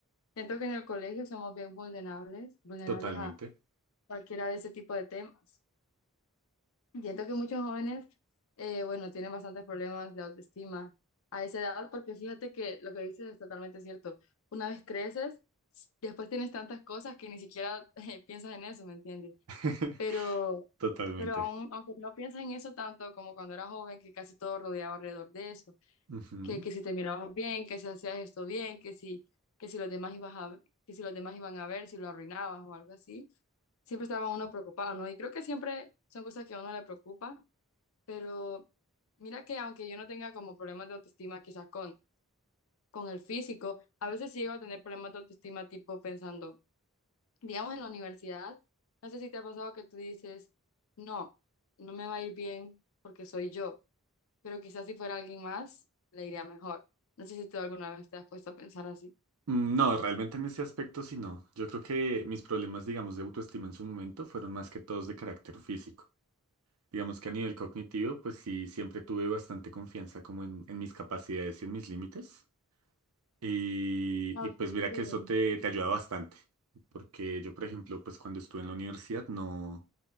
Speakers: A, on the left; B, on the right.
A: Siento que en el colegio somos bien vulnerables, vulnerables
B: Totalmente.
A: a cualquiera de ese tipo de temas. Siento que muchos jóvenes, eh, bueno, tienen bastantes problemas de autoestima a esa edad, porque fíjate que lo que dices es totalmente cierto. Una vez creces, después tienes tantas cosas que ni siquiera <laughs> eh, piensas en eso, ¿me entiendes?
B: <laughs>
A: Pero,
B: Totalmente.
A: pero aún, aunque no piensas en eso tanto como cuando era joven, que casi todo rodeaba alrededor de eso
B: Ujú.
A: que, que si te mirabas bien, que si hacías esto bien, que si, que si los demás ibas a, que si los demás iban a ver, si lo arruinabas o algo así. Siempre estaba uno preocupado, ¿no? Y creo que siempre son cosas que a uno le preocupa, pero mira que aunque yo no tenga como problemas de autoestima quizás con, con el físico, a veces sí llego a tener problemas de autoestima tipo pensando, digamos en la universidad, no sé si te ha pasado que tú dices, no, no me va a ir bien porque soy yo pero quizás si fuera alguien más, le iría mejor. No sé si tú alguna vez te has puesto a pensar así.
B: Mm, No, realmente en ese aspecto sí no. Yo creo que mis problemas, digamos, de autoestima en su momento fueron más que todos de carácter físico. Digamos que a nivel cognitivo, pues sí, siempre tuve bastante confianza como en, en mis capacidades y en mis límites. Y,
A: Ah,
B: y
A: Ok,
B: pues mira
A: sí,
B: que
A: bueno.
B: eso te, te ayuda bastante. Porque yo, por ejemplo, pues cuando estuve en la universidad no...